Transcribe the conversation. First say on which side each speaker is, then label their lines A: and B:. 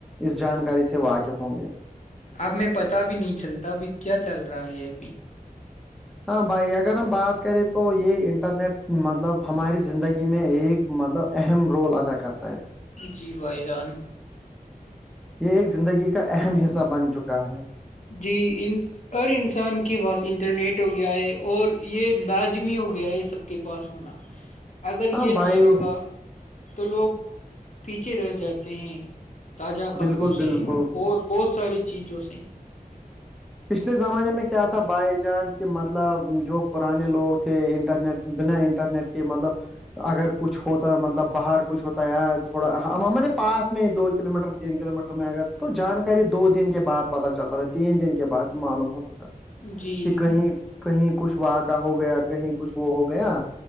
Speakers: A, in the centre; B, on the left (about 50°).
A: اس جانکاری سے واقف ہوں گے
B: اب میں پتا بھی نہیں چلتا ابھی کیا چل رہا ہے ابھی
A: ہاں بھائی اگر ہم بات کریں تو یہ انٹرنیٹ مطلب ہماری زندگی میں ایک مطلب اہم رول ادا کرتا ہے
B: جی بھائی جان
A: یہ ایک زندگی کا اہم حصہ بن چکا ہے
B: جی ان ہر انسان کے پاس انٹرنیٹ ہو گیا ہے اور یہ لازمی ہو گیا ہے سب کے پاس ہونا <inaudible> اگر
A: ہاں
B: یہ
A: بھائی
B: نہیں ہوگا تو لوگ پیچھے رہ جاتے ہیں تازہ خبروں
A: بالکل
B: سے
A: بالکل
B: اور بہت ساری چیزوں سے
A: پچھلے زمانے میں کیا تھا بھائی جان کہ مطلب جو پرانے لوگ تھے انٹرنیٹ بنا انٹرنیٹ کے مطلب اگر کچھ ہوتا ہے مطلب باہر کچھ ہوتا ہے ی تھوڑا ہم ہمارے پاس میں دو کلو میٹر تین کلو میٹر میں اگر تو جانکاری دو دن کے بعد پتا چلتا رہ تین دن کے بعد معلوم ہو کہ
B: جی
A: کہیں کہیں کچھ وہاں کا ہو گیا کہیں کچھ وہ ہو گیا